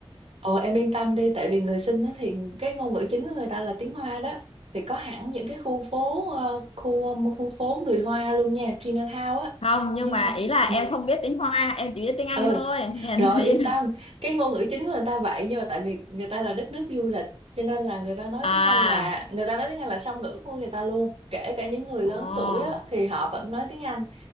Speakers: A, on the right (about 80°); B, on the left (about 85°).
A: ờ em yên tâm đi tại vì người sinh á thì cái ngôn ngữ chính của người ta là tiếng Hoa đó thì có hẳn những cái khu phố ờ, khu khu phố người Hoa luôn nha Chinatown á
B: không nhưng
A: nhưng
B: mà ý là em
A: ừ,
B: không biết tiếng Hoa em chỉ biết tiếng Anh
A: ừ
B: thôi <laughs> nghe
A: Rồi
B: chị
A: yên tâm, cái ngôn ngữ chính của người ta vậy nhưng mà tại vì người ta là đất nước du lịch cho nên là người ta nói
B: à
A: tiếng Anh là người ta nói tiếng Anh là song ngữ của người ta luôn. Kể cả những người
B: ồ
A: lớn tuổi á, thì họ vẫn nói tiếng Anh